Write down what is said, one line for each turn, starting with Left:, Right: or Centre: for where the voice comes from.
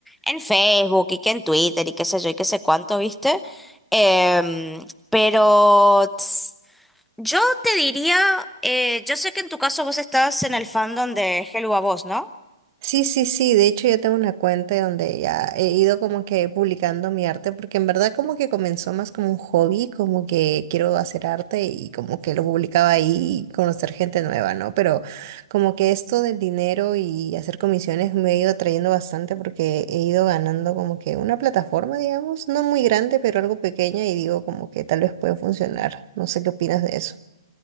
Centre: en Facebook y que en Twitter y qué sé yo y qué sé cuánto, ¿viste? Em, pero ts, yo te diría, eh, yo sé que en tu caso vos estás en el fandom de Hello a Voz, ¿no?
Right: Sí, sí, sí, de hecho yo tengo una cuenta donde ya he ido como que publicando mi arte, porque en verdad como que comenzó más como un hobby, como que quiero hacer arte y como que lo publicaba ahí y conocer gente nueva, ¿no? Pero como que esto del dinero y hacer comisiones me ha ido atrayendo bastante porque he ido ganando como que una plataforma, digamos, no muy grande, pero algo pequeña y digo como que tal vez puede funcionar. No sé qué opinas de eso.